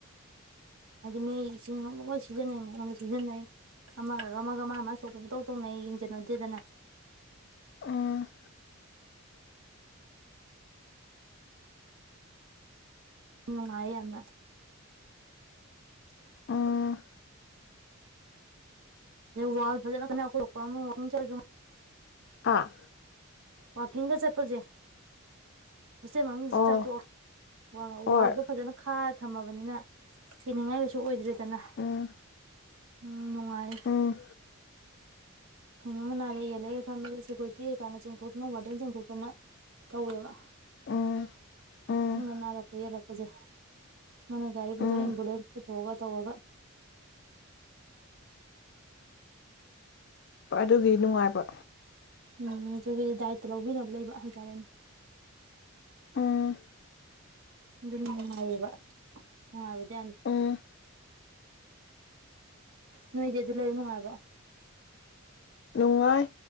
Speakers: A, on the right; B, on the left.
A: ꯃꯤꯒꯤ ꯏꯁꯤꯡ ꯂꯣꯏ ꯁꯤꯖꯤꯟꯅꯩ ꯃꯑꯣꯡꯗ ꯁꯤꯖꯤꯟꯅꯩ ꯑꯃꯒ ꯑꯃꯒ ꯃꯥ ꯃꯥꯅ ꯊꯣꯛꯄ ꯄꯪꯇꯧ ꯇꯧꯅꯩ ꯌꯦꯡꯖꯟꯅꯗꯦꯗꯅ
B: ꯎꯝ
A: ꯅꯨꯡꯉꯥꯢ ꯌꯥꯝꯅ <inaudible>
B: ꯎꯝ
A: ꯋꯥꯜ ꯐꯖꯅ <inaudible> ꯋꯥꯀꯤꯡ ꯆꯠꯂꯖꯨ
B: ꯍꯥꯥ
A: ꯋꯥꯀꯤꯡꯒ ꯆꯠꯄꯁꯦ ꯍꯣꯁꯇꯦꯜ ꯃꯅꯨꯡꯖꯦ
B: ꯑꯣ
A: ꯆꯥꯛ ꯇꯣꯛꯑ ꯋꯥ
B: ꯍꯣꯏ
A: ꯋꯥꯜꯗꯣ ꯐꯖꯅ ꯈꯥꯔ ꯊꯝꯃꯕꯅꯤꯅ ꯀꯤꯅꯤꯡꯉꯥꯏ ꯀꯩꯁꯨ ꯑꯣꯏꯗ꯭ꯔꯦꯗꯅ
B: ꯎꯝ
A: ꯎꯝ ꯅꯨꯡꯉꯥꯏꯌꯦ
B: ꯎꯝ
A: ꯀꯩꯅꯣꯝꯃ ꯅꯥꯔꯛ ꯌꯦꯛꯂꯛꯑꯦ ꯈꯟꯕꯁꯦ ꯁꯦꯀꯨꯔꯤꯇꯤ ꯀꯩꯀꯥꯅ ꯆꯣꯡꯊꯣꯛꯇꯅ ꯋꯥꯔꯗꯦꯟ ꯆꯣꯡꯊꯣꯛꯇꯅ ꯇꯧꯋꯦꯕ
B: ꯎꯝ ꯎꯝ
A: ꯑꯍꯤꯡꯗ ꯅꯥꯔꯛꯄ ꯌꯦꯛꯂꯛꯄꯁꯦ ꯃꯣꯏꯅ ꯒꯥꯔꯤ ꯄꯨꯊꯣꯛꯑ
B: ꯎꯝ
A: ꯑꯦꯝꯕꯨꯂꯦꯟꯁ ꯄꯨꯊꯣꯛꯑꯒ ꯇꯧꯔꯒ
B: ꯑꯗꯨꯒꯤꯗꯤ ꯅꯨꯡꯉꯥꯏꯕ
A: ꯎꯝ ꯑꯗꯨꯒꯤꯗꯤ ꯗꯥꯏꯇ ꯂꯧꯕꯤꯅꯕ ꯂꯩꯕ ꯍꯥꯏꯇꯥꯔꯦꯅꯦ
B: ꯎꯝ
A: ꯑꯗꯨꯅ ꯅꯨꯡꯉꯥꯏꯌꯦꯕ ꯅꯨꯡꯉꯥꯏꯕꯗꯤ ꯌꯥꯝꯅ
B: ꯎꯝ
A: ꯅꯣꯏꯗꯤ ꯑꯗꯨꯗ ꯂꯩꯕ ꯅꯨꯡꯉꯥꯏꯕ꯭ꯔꯣ
B: ꯅꯨꯡꯉꯥꯢ